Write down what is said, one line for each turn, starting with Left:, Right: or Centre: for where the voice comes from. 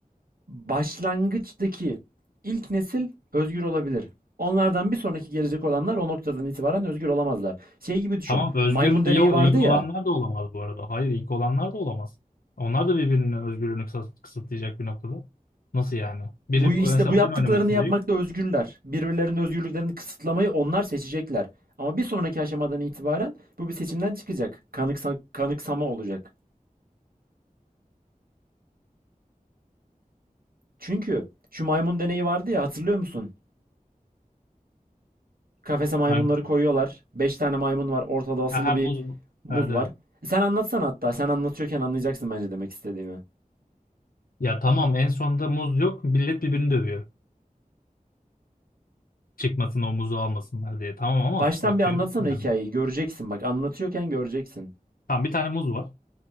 Right: Başlangıçtaki ilk nesil özgür olabilir. Onlardan bir sonraki gelecek olanlar o noktadan itibaren özgür olamazlar. Şey gibi düşün.
Left: Tamam özgür
Right: Maymun deneyi
Left: iyi o
Right: vardı
Left: ilk
Right: ya.
Left: olanlar da olamaz bu arada. Hayır ilk olanlar da olamaz. Onlar da birbirinin özgürlüğünü kısıt- kısıtlayacak bir noktada. Nasıl yani? Biri
Right: Bu işte
Left: mesela
Right: bu yaptıklarını
Left: oyun oynamak isteyecek.
Right: yapmakta özgürler. Birbirlerinin özgürlüklerini kısıtlamayı onlar seçecekler. Ama bir sonraki aşamadan itibaren bu bir seçimden çıkacak. Kanıksa, kanıksama olacak. Çünkü şu maymun deneyi vardı ya hatırlıyor musun? Kafese maymunları
Left: Hangi?
Right: koyuyorlar. 5 tane maymun var. Ortada asılı
Left: Ha, ha,
Right: bir
Left: muz.
Right: muz
Left: Evet, evet.
Right: var. E sen anlatsana hatta. Sen anlatıyorken anlayacaksın bence demek istediğimi.
Left: Ya tamam en sonunda muz yok. Millet birbirini dövüyor. Çıkmasın o muzu almasınlar diye. Tamam ama
Right: Baştan
Left: bak
Right: bir anlatsana
Left: diyorum ki ben.
Right: hikayeyi. Göreceksin bak. Anlatıyorken göreceksin.
Left: Tamam bir tane muz var.